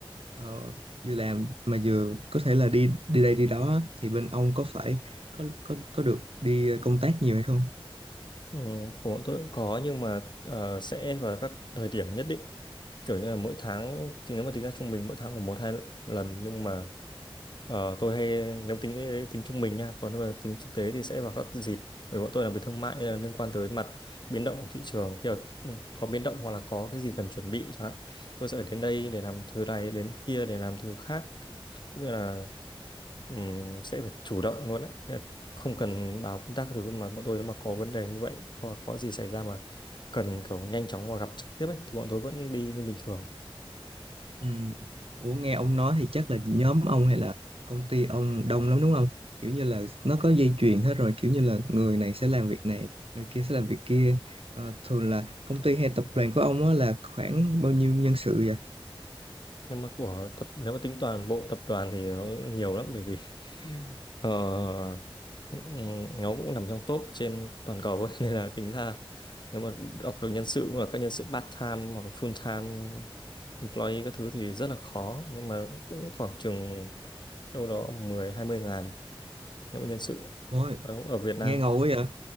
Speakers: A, on the right; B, on the left.
A: ờ, vừa làm mà vừa có thể là đi đi đây đi đó á. thì bên ông có phải có có có được đi công tác nhiều hay không?
B: Ừ, của bọn tôi cũng có nhưng mà ờ, sẽ vào các thời điểm nhất định kiểu như là mỗi tháng thì nếu mà tính ra trung bình mỗi tháng khoảng một hai lần nhưng mà ờ, tôi hay nếu tính cái- tính trung bình nha còn nếu mà tính thực tế thì sẽ vào các dịp bởi bọn tôi làm về thương mại nên là liên quan tới mặt biến động của thị trường khi mà ừ, có biến động hoặc là có cái gì cần chuẩn bị chẳng hạn tôi sẽ phải đến đây để làm thứ này đến kia để làm thứ khác cũng như là ừm, sẽ phải chủ động luôn á Nghĩa là không cần báo công tác các thứ mà bọn tôi nếu mà có vấn đề như vậy hoặc có gì xảy ra mà cần kiểu nhanh chóng và gặp trực tiếp ấy thì bọn tôi vẫn đi như bình thường
A: Ừ. Ủa nghe ông nói thì chắc là nhóm ông hay là công ty ông đông lắm đúng không? Kiểu như là nó có dây chuyền hết rồi kiểu như là người này sẽ làm việc này, người kia sẽ làm việc kia. Ờ, thường là công ty hay tập đoàn của ông á là khoảng bao nhiêu nhân sự vậy?
B: nhưng mà của tập nếu mà tính toàn bộ tập đoàn thì nó nhiều lắm bởi vì ờ, ừ, ừ, nó cũng nằm trong top trên toàn cầu ấy. <laughs> nên là tính ra nếu mà đọc được nhân sự và các nhân sự part time hoặc full time employee các thứ thì rất là khó nhưng mà cũng khoảng chừng đâu đó mười hai mươi ngàn nếu mà nhân sự
A: Ôi,
B: ở, ở Việt Nam
A: nghe ngầu quá vậy?